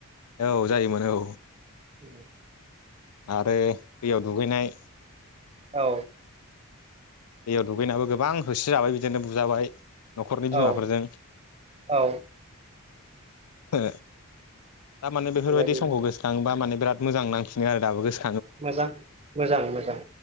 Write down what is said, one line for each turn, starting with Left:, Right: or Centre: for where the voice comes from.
Left: औ जायोमोन औ।
Right: औ
Left: आरो दैयाव दुगैनाय
Right: औ
Left: दैयाव दुगैनाबो गोबां होसो जाबाय बिदिनो बुजाबाय। न'खरनि बिमाफोरजों
Right: औ औ
Left: ओ दामाने बेफोरबायदि
Right: बेबायदिनो
Left: समखौ गोसोखाङोबा माने बिराद मोजां नांफिनो आरो दाबो गोस
Right: मोजां मोजां मोजां।